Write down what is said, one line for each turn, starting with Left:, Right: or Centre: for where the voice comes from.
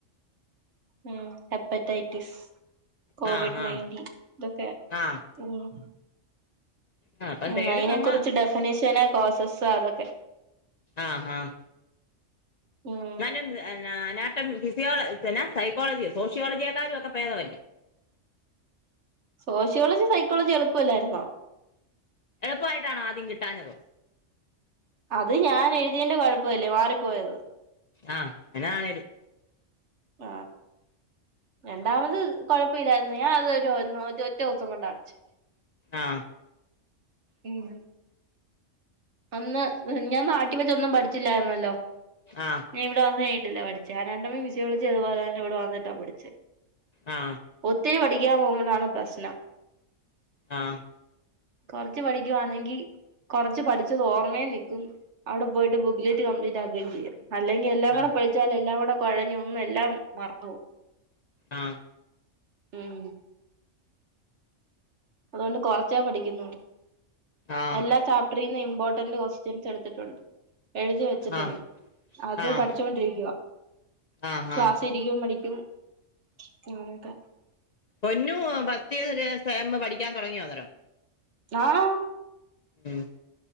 Right: ഉം ഹെപ്പറ്റൈറ്റിസ് കോവിഡ്
Left: ആ ആ
Right: നൈന്റി ഇതൊക്കെയാ
Left: ആ
Right: ഉം
Left: ആ അപ്പം
Right: ഉം
Left: തേർഡ്
Right: അയിനെ
Left: സെമ്മ്
Right: കുറിച്ച് ഡെഫിനിഷന് കോസസ്സ് അതൊക്കെ
Left: ആഹ് ആഹ്
Right: ഉം
Left: ഞാനും അനാട്ടമി ഫിസിയോള സെനാ സൈക്കോളജിയോ സോഷ്യോളജിയെക്കാലു ഒക്കെ പേദവല്ലേ
Right: സോഷ്യോളജി സൈക്കോളജി എളുപ്പല്ലാരുന്നോ
Left: എളുപ്പായിട്ടാണോ ആദ്യം കിട്ടാഞ്ഞത്
Right: അത് ഞാൻ എഴുതിയെന്റെ കൊഴപ്പവല്ലേ മാറിപ്പോയത്
Left: ആഹ് എന്നതാണെലും
Right: ആഹ് രണ്ടാമത് കൊഴപ്പഇല്ലാരുന്നു ഞാൻ അതൊരു ഒന്നോ ഒര് ഒറ്റൊസം കൊണ്ടാടച്ച്
Left: ആ
Right: ഉം അന്ന് ഞാൻ നാട്ടി വെച്ചൊന്നും പഠിച്ചില്ലാര്ന്നല്ലോ
Left: ആഹ്
Right: ഞാൻ ഇവടെ വന്ന്ക്കഴിഞ്ഞട്ടല്ലേ പഠിച്ചേ അനാട്ടമി ഫിസിയോളജി അതുപോലെ തന്നെ ഇവടെ വന്നിട്ടാ പഠിച്ചേ
Left: ആ
Right: ഒത്തിരി പഠിക്കാൻ പോവുമ്പളാണ് പ്രശ്നം
Left: ആഹ്
Right: കൊറച്ച് പഠിക്കുവന്നെങ്കി കൊറച്ച് പഠിച്ചത് ഓർമേ നിക്കും അവടെ പോയിട്ട് ബുക്ക്ലറ്റ് കംപ്ലീറ്റ് ആക്കുകേം ചെയ്യാം അല്ലെങ്കിൽ എല്ലാം
Left: ആ
Right: കൂടെ പഠി ച്ചാൽ എല്ലാം കൂടെ കൊഴഞ് ഒന്നും എല്ലാം മറന്ന് പോം
Left: ആഹ്
Right: ഉം അതുകൊണ്ട് കൊറച്ചേ പഠിക്കുന്നൊള്ളു
Left: ആഹ്
Right: എല്ലാ ചാ പ്പ്ട്രിന്ന് ഇമ്പോർട്ടന്റ് ക്വസ്റ്റിൻസ് എടുത്തിട്ടോണ്ട് എഴുതി വെച്ചിട്ടോണ്ട്
Left: ആഹ്
Right: അത്
Left: ആഹ്
Right: പഠിച്ചോണ്ടിരിക്കുവാ
Left: ആഹ്
Right: ക്ലാസ്സി
Left: ആഹ്
Right: ഇരിക്കും പഠിക്കും <unintelligible>
Left: പൊന്നു ഫസ്റ്റ് ഇയർ സെമ്മ് പഠിക്കാൻ തൊടങ്ങിയൊ അന്നേരം
Right: നാഹ്
Left: ഉം